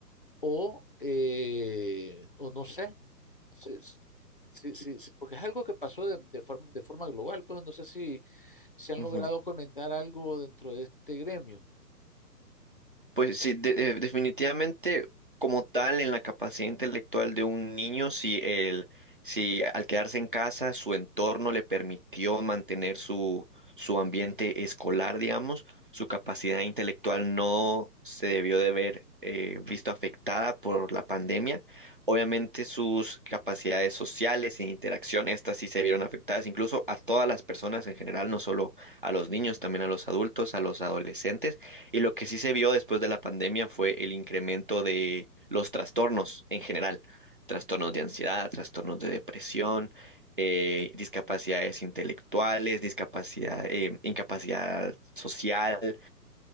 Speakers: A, on the left; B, on the right.
A: o, eh, o no sé, si- si- si- si- porque es algo que pasó de, de forma, de forma global, pues no sé si se han
B: ujú.
A: logrado comentar algo dentro de este gremio.
B: Pues sí, de- eh, definitivamente como tal en la capacidad intelectual de un niño, si el, si al quedarse en casa su entorno le permitió mantener su, su ambiente escolar, digamos, su capacidad intelectual no se debió de ver eh, visto afectada por la pandemia. Obviamente sus capacidades sociales e interacción, estas sí se vieron afectadas, incluso a todas las personas en general, no solo a los niños, también a los adultos, a los adolescentes. Y lo que sí se vio después de la pandemia fue el incremento de los trastornos en general, trastornos de ansiedad, trastornos de depresión, eh, discapacidades intelectuales, discapacidad, eh, incapacidad social,